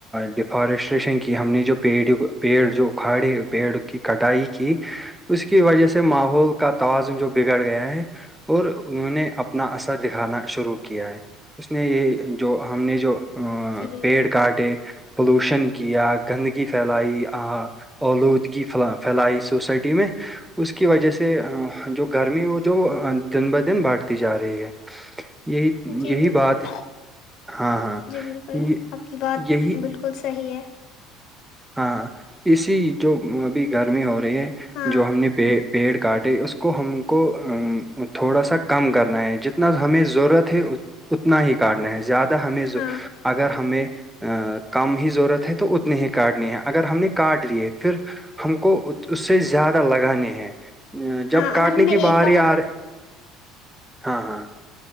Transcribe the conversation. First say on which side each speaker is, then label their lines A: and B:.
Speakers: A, in the centre; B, on the left (about 60°).
A: ڈیفارسٹریشن کی ہم نے جو پیڑ پیڑ جو ا کھاڑے پیڑ کی کٹائی کی اس کی وجہ سے ماحول کا توازن جو بگڑ گیا ہے اور انہوں نے اپنا اثر دکھانا شروع کیا ہے اس نے یہ جو ہم نے جو
B: جی بالکل
A: پیڑ کاٹے پولوشن کیا گندگی پھیلائی الودگی پھیلائی سوسائٹی میں اس کی وجہ سے جو گرمی ہو جو دن بہ دن بڑھتی جا رہی ہے یہی
B: جی
A: یہی
B: بالکل
A: بات ہاں ہاں
B: جی بالکل
A: یہ
B: آپ کی بات
A: یہی
B: بالکل صحیح ہے
A: ہاں اسی جو ابھی گرمی ہو رہی ہے
B: ہاں
A: جو ہم نے پ پیڑ کاٹے اس کو ہم کو تھوڑا سا کم کرنا ہے جتنا ہمیں ضرورت ہے اتنا ہی کاٹنا ہے زیادہ
B: ہاں
A: اگر ہمیں کم ہی ضرورت ہے تو اتنی ہی کاٹنے اگر ہم نے کاٹ لیے پھر ہم کو اس سے زیادہ لگانے ہیں جب
B: ہاں
A: کاٹنے
B: اگر ہم
A: کی
B: نے ایک
A: باری
B: کاٹا
A: آ رہے ہاں ہاں